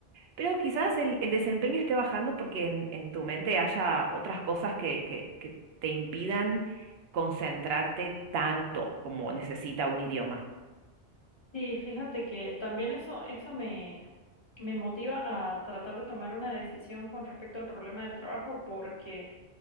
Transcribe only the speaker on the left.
Sí, fíjate que también eso, eso me, me motiva a tratar de tomar una decisión con respecto al problema del trabajo porque,